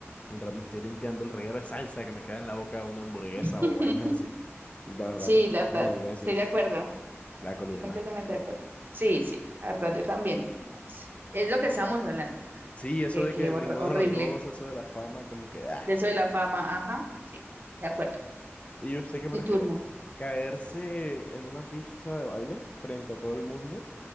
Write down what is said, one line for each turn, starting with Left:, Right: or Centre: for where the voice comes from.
Left: mientras me estoy limpiando el reguero de salsa que me queda en la boca de una hamburguesa
Right: <laughs>
Left: o vainas así. La verdad,
Right: sí,
Left: prefiero
Right: la verdad,
Left: mil veces
Right: estoy de acuerdo.
Left: la columna.
Right: Estoy completamente de acuerdo. Sí, sí, la verdad, yo también. y no, pues, Es lo que estábamos hablando,
Left: Sí, eso
Right: que,
Left: de
Right: que
Left: que
Right: hor-
Left: ninguno
Right: horrible.
Left: de los dos, eso de la fama, como que... ah,
Right: De eso de la fama, ajá, sí, de acuerdo.
Left: ¿Y usted qué prefiere?
Right: Tu turno.
Left: ¿Caerse en una pista de baile frente a todo el mundo